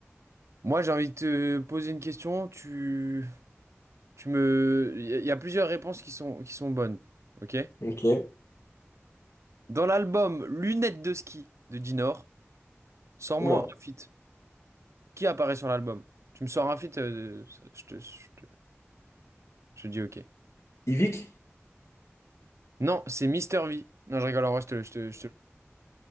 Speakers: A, on the right; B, on the left.
A: Moi, j'ai envie de te poser une question. Tu, tu me... Il y, a y a plusieurs réponses qui sont, qui sont bonnes, ok?
B: Ok.
A: Dans l'album Lunettes de ski de Dinor, sors-moi
B: Oula.
A: un feat. Qui apparaît sur l'album? Tu me sors un feat, euh, ça- je te, je te- je te dis ok.
B: Yvick?
A: Non, c'est Mister V. Non, je rigole, en vrai, je te, je te- je te-